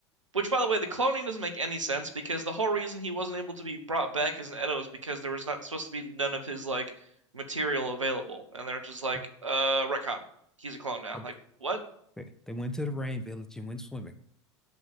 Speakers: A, on the right; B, in the centre.
A: Which, by the way, the cloning doesn't make any sense because the whole reason he wasn't able to be brought back as an Edo is because there was not supposed to be none of his like material available, and they're just like,
B: well,
A: uh, retcon. He's a clone now.
B: but
A: Like, what?
B: they they went to the rain village and went swimming.